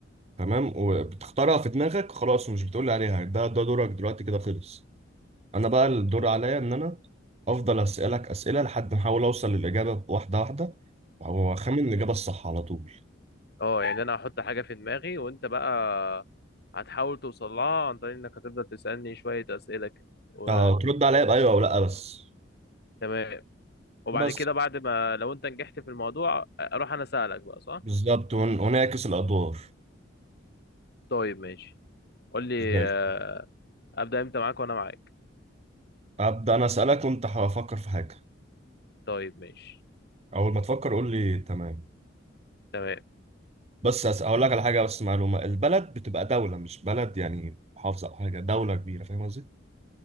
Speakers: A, on the right (about 35°); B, on the left (about 55°).
A: تمام وبتختارها في دماغك خلاص ومش بتقول لي عليها ده ده دورك دلوقتي كده خلص انا بقى الدور
B: قشطه
A: عليا ان انا افضل اسالك اسئله لحد ما احاول اوصل للاجابه واحده واحده واخمن الاجابه الصح على طول
B: اه يعني انا هحط حاجه في دماغي وانت بقى هتحاول توصل لها عن طريق انك هتفضل تسالني شويه اسئله كده و...
A: آه، ترد عليا بايوه او لا بس
B: تمام وبعد
A: بس
B: كده بعد ما لو انت نجحت في الموضوع اروح انا اسالك بقى صح
A: بالظبط ون- ونعكس الادوار
B: طيب ماشي قول لي
A: زي الفل.
B: آه، ابدا امتى معاك وانا معاك
A: ابدا انا اسالك وانت هفكر في حاجه
B: طيب ماشي
A: اول ما تفكر قول لي تمام
B: تمام
A: بس أس- اقول لك على حاجه بس معلومه البلد بتبقى دوله مش بلد يعني محافظه او حاجه دوله كبيره فاهم قصدي